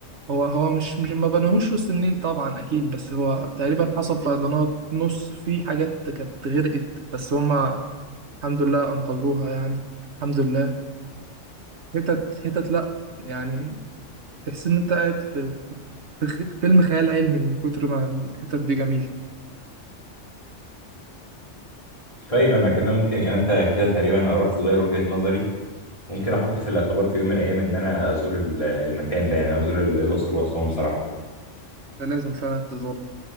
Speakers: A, on the right; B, on the left.
A: هو هو مش, مش ما بناهوش وسط النيل طبعا اكيد بس هو تقريبا حصل فيضانات نص في حاجات كانت غرقت بس هما الحمد لله انقذوها يعني الحمد لله هتت هتت لا يعني تحس ان انت قاعد في في خ- فيلم خيال علمي من كتر ما الحتت دي جميله
B: طيب انا كده ممكن يعني انت كده تقريبا قربت تغير وجهة نظري ممكن احط في الاعتبار في يوم من الايام ان انا ازور ال- المكان ده يعني ازور ال- الاقصر واسوان بصراحه
A: ده لازم فعلا تزورها